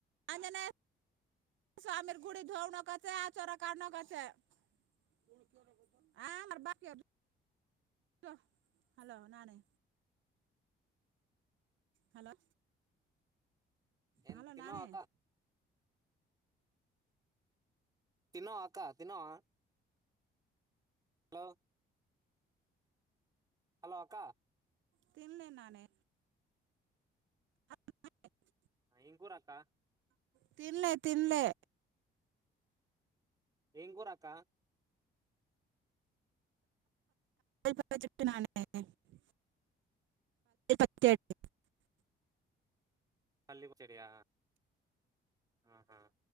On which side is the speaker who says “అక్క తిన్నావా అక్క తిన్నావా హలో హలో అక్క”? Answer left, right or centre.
Right